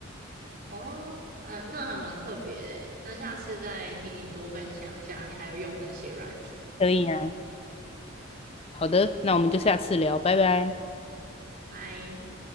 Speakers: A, on the right; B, on the left.
A: 哦，哎，那还蛮特别的欸。那下次再听你多分享一下，你还有用哪些软体。
B: 可以啊，好的，那我们就下次聊，拜拜。
A: 拜。